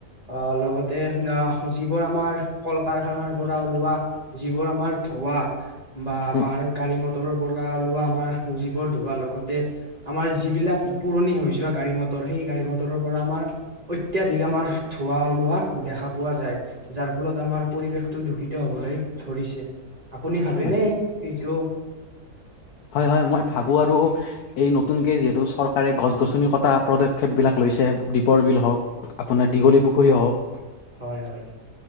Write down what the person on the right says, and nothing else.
অ লগতে অ যিবোৰ আমাৰ কল কাৰখানাৰ পৰা ওলোৱা যিবোৰ আমাৰ ধোৱা, বা আমাৰ
গাড়ী ম তৰৰ পৰা ওলোৱা আমাৰ যিবোৰ ধুৱা লগতে আমাৰ যিবিলাক পুৰণি হৈ যোৱা গাড়ী - মটৰ সেই গাড়ী - মটৰৰ পৰা আমাৰ অত্যাধিক আমাৰ ধোঁৱা ওলোৱা দেখা পোৱা যায়। যাৰ ফলত আমাৰ পৰিৱেশটো দূষিত হবলৈ ধৰিছে। আপুনি ভাবেনে
এইটো
হয়' হয়'।